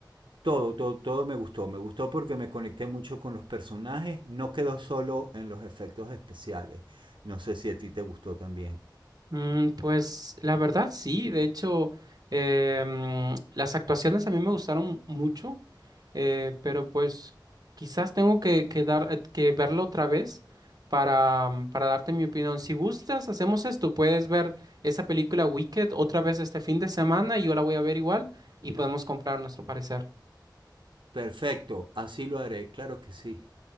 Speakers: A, on the right; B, on the right.
A: todo, todo, todo me gustó, me gustó porque me conecté mucho con los personajes, no quedó solo en los efectos especiales, no sé si a ti te gustó también.
B: Mm, pues la verdad sí, de hecho em, las actuaciones a mí me gustaron mucho, eh, pero pues quizás tengo que, que dar, eh, que verlo otra vez para, mm, para darte mi opinión. Si gustas, hacemos esto, puedes ver esa película Wicked otra vez este fin de semana y yo la voy a ver igual y podemos comprar nuestro parecer.
A: Perfecto, así lo haré, claro que sí.